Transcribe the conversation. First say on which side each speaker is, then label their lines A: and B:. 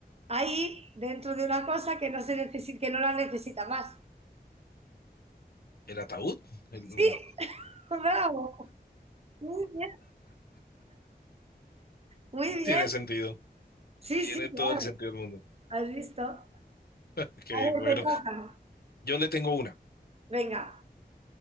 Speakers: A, on the right; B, on the left.
A: ahí dentro de una cosa que no se necesita, que no la necesita más.
B: el ataúd. El-
A: Sí, <laughs> bravo, muy bien, muy bien.
B: tiene sentido.
A: Sí,
B: Tiene
A: sí,
B: todo
A: claro,
B: el sentido del mundo.
A: has visto. A
B: Ok,
A: ver,
B: bueno,
A: te toca.
B: yo le tengo una.
A: Venga,